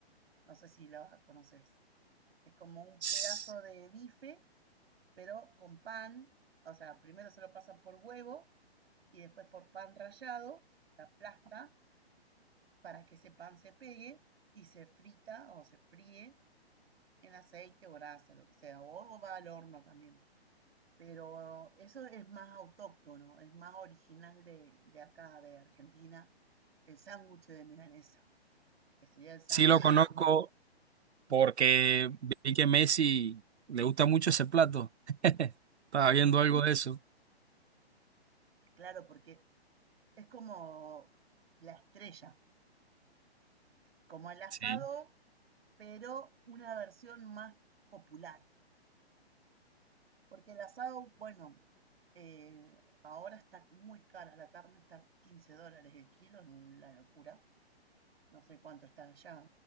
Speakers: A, on the right; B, on the right.
A: No sé si la conoces. es como un
B: S-
A: pedazo de bife, pero con pan, o sea, primero se lo pasa por huevo y después por pan rallado, se aplasta para que ese pan se pegue y se frita o se fríe en aceite o grasa, lo que sea, o va al horno también. Pero eso es más autóctono, es más original de, de acá, de Argentina, el sándwich de milanesa, que sería el sándwich.
B: Sí lo conozco porque vi que Messi le gusta mucho ese plato. <laughs> Estaba
A: Mm,
B: viendo algo de eso.
A: Claro, porque es como la estrella como el asado,
B: Sí.
A: pero una versión más popular. Porque el asado, bueno, eh, ahora está muy cara la carne, está 15 dólares el kilo, es una locura. No sé cuánto está allá.